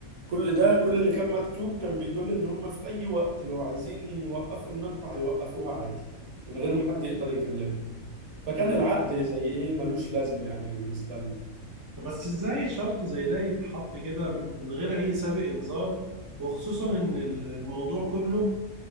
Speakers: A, on the right; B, on the right.
A: كل ده كل اللي كان مكتوب كان بيدل ان هم في اي وقت لو عايزين يوقفوا المنحة هيوقفوها عادي من غير ما حد يقدر يكلمه فكان
B: من غير
A: العقد زي ايه ملوش لازمة يعني بالنسبة لنا
B: طب بس ازاي شرط زي ده يتحط كده من غير اي سابق انذار وخصوصا ان الموضوع كله